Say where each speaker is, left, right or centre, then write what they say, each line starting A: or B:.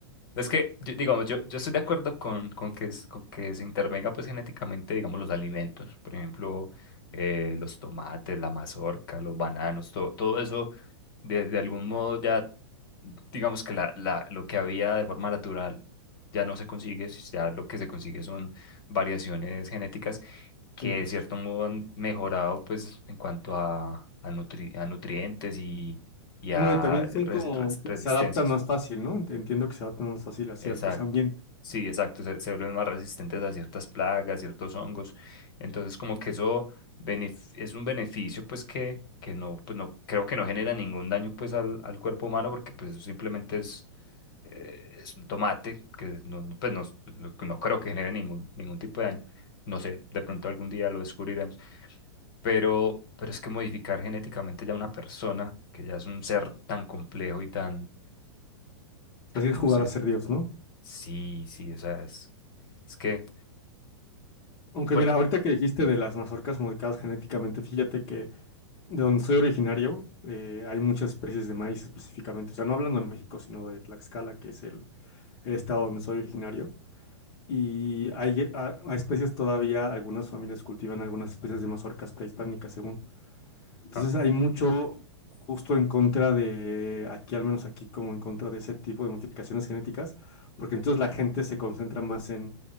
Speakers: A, on the left (about 50°); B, on the left (about 30°).
A: Es que, yo- digamos, yo, yo estoy de acuerdo con, con que, es- con que se intervenga pues genéticamente, digamos, los alimentos, por ejemplo, eh, los tomates, la mazorca, los bananos, todo, todo eso, de, de algún modo ya, digamos que la, la, lo que había de forma natural ya no se consigue, si ya lo que se consigue son variaciones genéticas que
B: Sí.
A: de cierto modo han mejorado pues en cuanto a, a, nutri- a nutrientes y, y
B: Bueno,
A: a
B: y también
A: res-
B: son como,
A: res- resistencias.
B: se adaptan más fácil, ¿no? Ent- Entiendo que se adaptan más fácil a ciertos
A: Exacto.
B: ambientes.
A: Sí, exacto. Se, se vuelven más resistentes a ciertas plagas, ciertos hongos. Entonces, como que eso benef- es un beneficio, pues que, que no, pues no, creo que no genera ningún daño pues al, al cuerpo humano, porque pues eso simplemente es, eh, es un tomate, que no, no, pues no, no- no creo que genere ningún, ningún tipo de daño. No sé, de pronto algún día lo descubriremos. Pero, pero es que modificar genéticamente ya una persona, que ya es un ser tan complejo y tan,
B: Así es
A: no
B: jugar
A: sé.
B: a ser Dios, ¿no?
A: Sí, sí, o sea, es, es que
B: Aunque
A: por-
B: mira, ahorita que dijiste de las mazorcas modificadas genéticamente, fíjate que De donde soy originario, eh, hay muchas especies de maíz específicamente. O sea, no hablando de México, sino de Tlaxcala, que es el, el estado donde soy originario. Y hay, a- a especies todavía, algunas familias cultivan algunas especies de mazorcas prehispánicas, según. Entonces,
A: ah,
B: hay mucho justo en contra de, aquí, al menos aquí, como en contra de ese tipo de modificaciones genéticas, porque entonces la gente se concentra más en